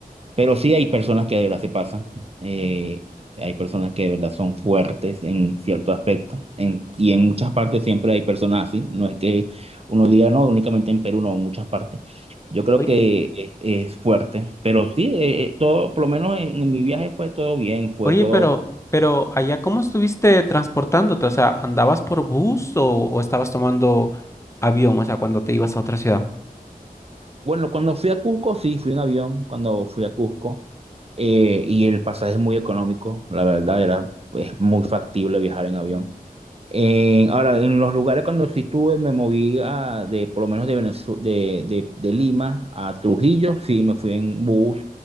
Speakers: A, on the right; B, on the left.
A: pero sí hay personas que de verdad se pasan, eh, hay personas que de verdad son fuertes en cierto aspecto, en- y en muchas partes siempre hay personas así, no es que uno diga, no, únicamente en Perú, no, en muchas partes. Yo creo
B: Oye,
A: que e- es fuerte, pero sí, eh, eh, todo, por lo menos en, en mi viaje fue todo bien, fue
B: oye,
A: todo
B: pero, pero allá, ¿cómo estuviste transportándote? O sea, ¿andabas por bus o, o estabas tomando avión? O sea, cuando te ibas a otra ciudad.
A: Bueno, cuando fui a Cusco, sí, fui en avión cuando fui a Cusco. Eh, y el pasaje es muy económico, la verdad, era, es muy factible viajar en avión. Eh, ahora, en los lugares cuando sí estuve, me moví a, de, por lo menos de, Venezu- de, de, de Lima a Trujillo, sí, me fui en bus